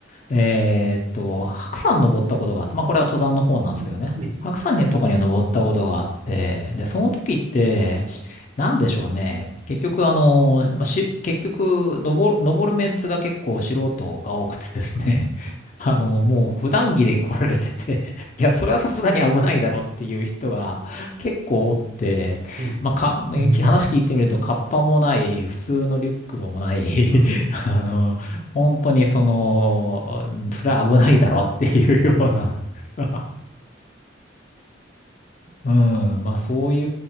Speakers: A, on the left; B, on the right.
A: えーっと、白山登ったことがあって、まあこれは登山の方なんですけどね。
B: うん。はい。
A: 白山にとかには登ったことがあって、で、その時って、なんでしょうね。結局、あの、まあ、し、結局、登る、登るメンツが結構素人が多くてですね。
B: うん。
A: <laughs> あの、もう普段着で来られてて、
B: はい。
A: いや、それはさすがに危ないだろうっていう人が結構おって、
B: そうですね。
A: まあ、か、
B: うん。
A: 話聞いてみると、カッパもない、普通のリュックもない、
B: うん。
A: <laughs> あの、本当にその、うんそれは危ないだろうっていうような、
B: う
A: <laughs> うん。まあ、そうい